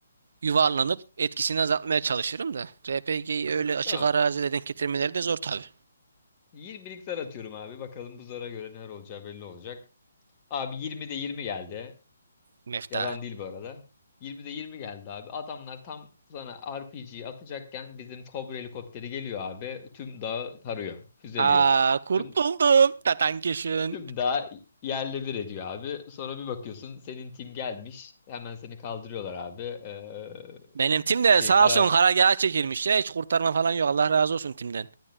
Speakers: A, on the right; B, on the left.
A: yuvarlanıp etkisini azaltmaya çalışırım da. RPG'yi öyle açık
B: Tamam.
A: arazide denk getirmeleri de zor tabii.
B: 20'lik zar atıyorum abi. Bakalım bu zara göre neler olacağı belli olacak. Abi 20'de 20 geldi.
A: Mefta.
B: Yalan değil bu arada. 20'de 20 geldi abi. Adamlar tam sana RPG'yi atacakken bizim Cobra helikopteri geliyor abi. Tüm dağı tarıyor. Füzeliyor.
A: Aa kurtuldum.
B: Tüm,
A: Tatankişin.
B: tüm dağı yerle bir ediyor abi. Sonra bir bakıyorsun senin tim gelmiş. Hemen seni kaldırıyorlar abi. Ee,
A: Benim tim de
B: şey
A: sağ
B: karar...
A: olsun karargaha çekilmiş ya. Hiç kurtarma falan yok. Allah razı olsun timden.